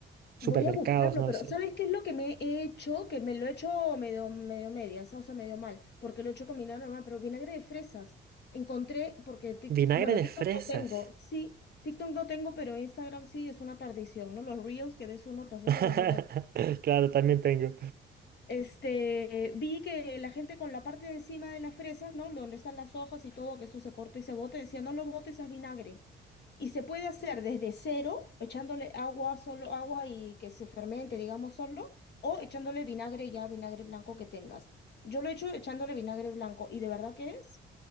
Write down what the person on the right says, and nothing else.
Supermercados,
no
lo sé.
Vinagre
de
fresas.
<laughs>
Claro, también tengo.